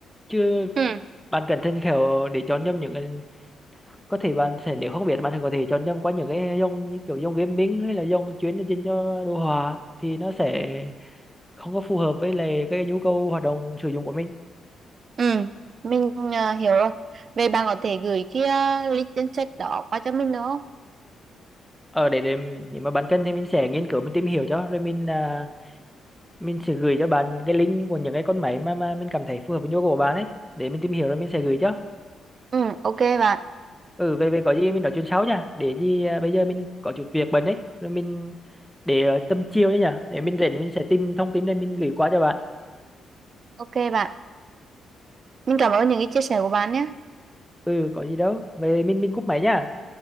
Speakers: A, in the centre; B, on the right (about 55°).
A: chứ
B: Ừ.
A: bạn cần thêm kiểu để chọn nhầm những cái có thể bạn sẽ nếu không biết bạn sẽ có thể chọn nhầm qua những cái dòng như kiểu dòng gaming hay là dòng chuyên dành cho đồ họa thì nó sẽ không có phù hợp với lại cái nhu cầu hoạt động sử dụng của mình
B: Ừ, mình ờ, hiểu rồi. Vậy bạn có thể gửi cái ờ, link danh sách đó qua cho mình nữa. không?
A: ở để, để nếu mà bạn cần thì mình sẽ nghiên cứu mình tìm hiểu cho rồi mình à, mình sẽ gửi cho bạn cái link của những cái con máy mà mà mình cảm thấy phù hợp với nhu cầu của bạn ấy để mình tìm hiểu rồi mình sẽ gửi cho
B: Ừ, ok bạn.
A: ừ về về có gì mình nói chuyện sau nha để gì à, bây giờ mình có chút việc bận đấy rồi mình để ờ, tầm chiều đấy nhá để mình rảnh mình sẽ tìm thông tin rồi mình gửi qua cho bạn
B: Ok bạn. Mình cảm ơn những cái chia sẻ của bạn nhé.
A: ừ có gì đâu về mình mình cúp máy nha